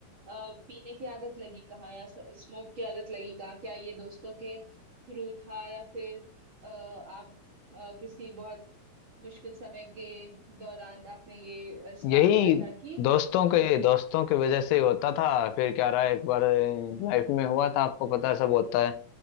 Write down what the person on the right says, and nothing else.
अ, पीने की आदत लगी कहाँ या स्मोक की आदत लगी कहाँ क्या ये दोस्तों के थ्रू था या फिर अ, आप अ, किसी बहुत मुश्किल समय के दौरान आपने ये स्टार्ट
किया था कि
अ,